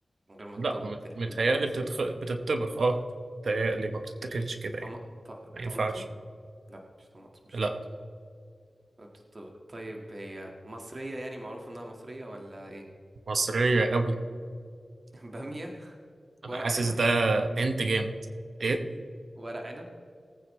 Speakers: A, on the right; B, on the right.
A: من غير ما
B: لا
A: تطبخ
B: م-
A: زي الفلفل
B: متهيألي
A: مثلا
B: بتتخ... بتتطبخ اه متهيألي ما بتتاكلش كده يعني
A: طم... ط...
B: ما ينفعش
A: طماطم لا مش طماطم مش
B: لا
A: طماطم ولا بتطبخ طيب هي مصرية يعني معروف انها مصرية ولا ايه
B: مصرية قوي
A: <laughs> بامية
B: أنا
A: ورق
B: حاسس
A: عنب
B: ده هنت جامد ايه؟
A: ورق عنب